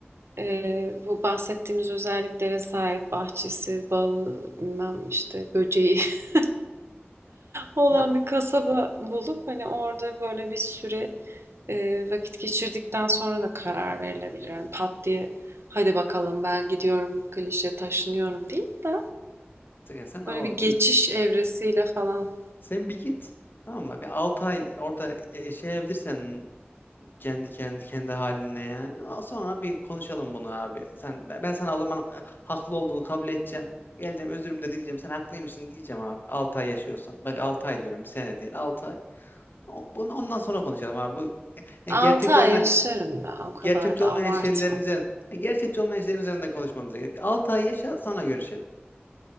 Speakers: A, on the right (about 80°); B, on the left (about 55°).
A: e, bu bahsettiğimiz özelliklere sahip bahçesi, balı, bilmem işte böceği <laughs> olan
B: ne bak
A: bir kasaba bulup hani orada böyle bir süre Eee, vakit geçirdikten sonra da karar verilebilir. Yani pat diye hadi bakalım ben gidiyorum klişe taşınıyorum değil de
B: sen, sen o
A: böyle bir geçiş
B: bir
A: evresiyle falan.
B: sen bir git tamam mı? Bir 6 ay orada e, yaşayabilirsen kendi kendi kendi haline yani. O- Sonra bir konuşalım bunu abi. Sen ben ben sana o zaman e, haklı olduğunu kabul edeceğim. Geleceğim özürümü de dileyeceğim. Sen haklıymışsın diyeceğim abi. 6 ay yaşıyorsan. Bak 6 ay diyorum. Bir sene değil. 6 ay. O- bunu ondan sonra konuşalım abi. Bu e, yani
A: 6
B: gerçekçi
A: ay
B: olmayan
A: yaşarım ya o kadar
B: Gerçekçi
A: da
B: olmayan
A: abartma.
B: şeylerin üzerine, gerçekçi olmayan şeylerin üzerinden konuşmamıza gerek. 6 ay yaşa sonra görüşelim.